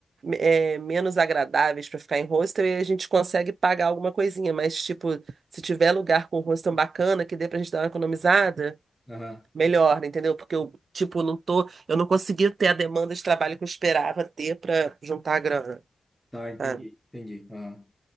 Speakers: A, on the right; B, in the centre.
A: é, menos agradáveis para ficar em hostel e a gente consegue pagar alguma coisinha, mas tipo, se tiver lugar com hostel bacana que dê pra gente dar uma economizada,
B: Aham.
A: melhor, entendeu? Porque eu, tipo, não tô, eu não consegui ter a demanda de trabalho que eu esperava ter para juntar a grana,
B: Tá, entendi,
A: sabe?
B: entendi. Aham.